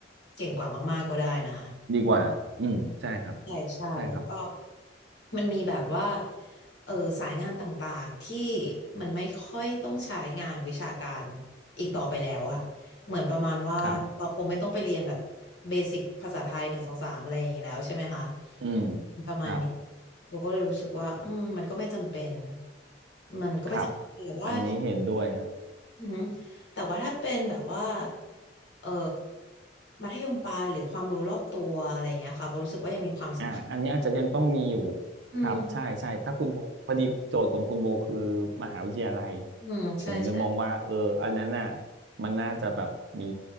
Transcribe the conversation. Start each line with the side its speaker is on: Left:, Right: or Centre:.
Left: เก่งกว่ามากๆก็ได้นะคะ
Right: ดีกว่าอืมใช่ครับ
Left: ใช่ใช่แล้วก็
Right: ใช่ครับ
Left: มันมีแบบว่าเออสายงานต่างๆที่มันไม่ค่อยต้องใช้งานวิชาการอีกต่อไปแล้วอะเหมือนประมาณว่าเราคงไม่ต้องไปเรียนแบบ
Right: ครับ
Left: เบสิกภาษาไทยหนึ่งสองสามอะไรอย่างนี้แล้วใช่ไหมคะอืมประมาณนี้
Right: อืมครับ
Left: โบก็เลยรู้สึกว่าอืมมันก็ไม่จำเป็นมันก็ไม่จำเป็นแต่ว่า
Right: ครับอันนี้เห็นด้วยฮะ
Left: อือหือแต่ว่าถ้าเป็นแบบว่าเออมัธยมปลายหรือความรู้รอบตัวอะไรอย่างเงี้ยค่ะโบรู้สึกว่ายังมีความสำคัญ
Right: อ่าอันนี้อาจจะยังต้องมีอยู่
Left: อืม
Right: ครับใช่ใช่ถ้าคุณโบพอดีโจทย์ของคุณโบคือมหาวิทยาลัย
Left: อืมใช่ใช่
Right: ผมเลยมองว่าเอออันนั้นน่ะมันน่าจะแบบมี